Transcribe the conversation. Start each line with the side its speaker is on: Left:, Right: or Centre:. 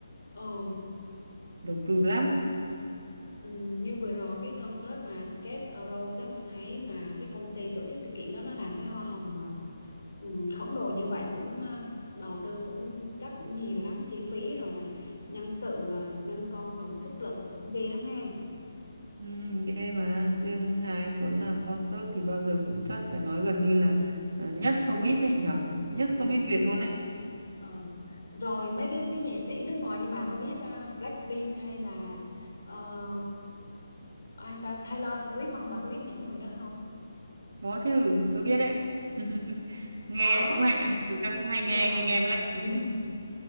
Left: Ừ.
Right: đầu tư lắm
Left: Ừ, như vừa rồi cái concert mà Skate Around đó tôi thấy mà cái công ty tổ chức sự kiện đó nó làm cái hoa hồng mà ừ, khổng lồ như vậy cũng ờ, đầu tư cũng chắc cũng nhiều lắm chi phí rồi nè nhân sự ờ, nhân công rồi sức lực rồi cũng ghê lắm ha
Right: Ừ, ghê mà riêng Hà Anh Tuấn làm concert thì bao giờ cũng chất phải nói gần như là ờ, nhất showbiz đấy nhở nhất
Left: ừ,
Right: showbiz Việt luôn đấy
Left: ờ. rồi mấy cái cái nghệ sĩ nước ngoài như bà có biết ờ, Blackpink hay là ờ, ai ta Taylor Swift không bà có biết những người đó không
Right: có chứ tôi biết đấy <laughs> nghe
Left: đó
Right: cũng hay à, thực ra cũng hay nghe
Left: trời
Right: hay nghe Blackpink
Left: <laughs>